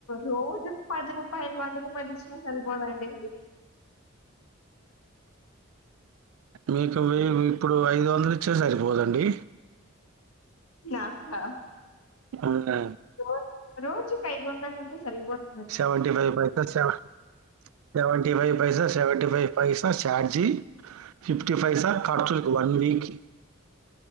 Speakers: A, on the left; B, on the right.
A: రోజు పది రూపాయిలు వంద రూపాయలు ఇచ్చినా సరిపోదండి
B: మీకు వెయ్యి ఇప్పుడు ఐదు వందలు ఇచ్చినా సరిపోదండి
A: నాకా
B: అవునా
A: రోజ్ రోజుకి ఐదు వందలంటే సరిపోత్
B: సెవెంటి ఫైవ్ పైసా సెవన్ సెవెంటి ఫైవ్ పైసా సెవెంటీ ఫై సా ఛార్జి ఫిఫటీ పైసా ఖర్చులకి వన్ వీక్